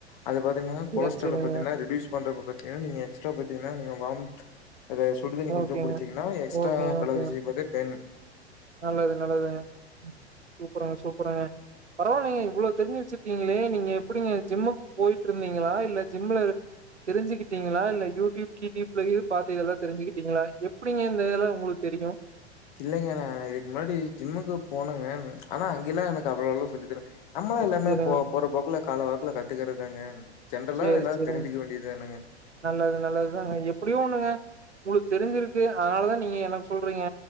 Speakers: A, on the left (about 45°); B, on the right (about 85°).
A: அது பாத்தீங்கன்னா
B: சேரி
A: கொலஸ்ட்ரால
B: சேரிங்க
A: பாத்திங்கன்னா ரெடியூஸ் பண்றதுக்கு பாத்திங்கன்னா நீங்க எக்ஸ்ட்ரா பாத்திங்கன்னா நீங்க வாம் அத சுடுது தண்ணி கொஞ்சோ
B: ஓகேங்க
A: குடிச்சிங்கன்னா எக்ஸ்ட்ரா
B: ஓகே
A: கலோரிஸ்
B: ஓகேங்க
A: வந்து பன்
B: நல்லது நல்லதுங்க சூப்பருங்க சூப்பருங்க பரவாயில்லிங்க இவ்ளோ தெரிஞ்சு வெச்சிருக்கீங்களே நீங்க எப்பிடிங்க ஜிம்முக்கு போயிட்டு இருந்தீங்களா இல்ல ஜிம்ல தெரிஞ்சுக்கிட்டீங்களா இல்ல யூடியூப் க்யூட்யூப்ல பாத்து இதெல்லா தெரிஞ்சுக்கிட்டீங்களா எப்பிடிங்க இந்த இதெல்லா உங்களுக்கு தெரியு
A: இல்லங்க நா இதுக்கு முன்னாடி ஜிம்முக்கு போனேங்க ஆனா அங்கெல்லாம் எனக்கு அவ்வளோல்லா சொல்லி தறேல நம்மளே எல்லாமே
B: செரிங்க
A: போற போக்குல காலவாக் ல கத்துக்குறதாங்க ஜென்றரலா
B: சேரி
A: எல்லாரும்
B: செரிங்க
A: தெரிஞ்சக்க வேண்டியது தானங்க
B: நல்லது நல்லதுதாங்க எப்பிடியோ ஒண்ணுங்க உங்களுக்கு தெரிஞ்சிருக்கு அதனாலதா நீங்க எனக்கு சொல்றீங்க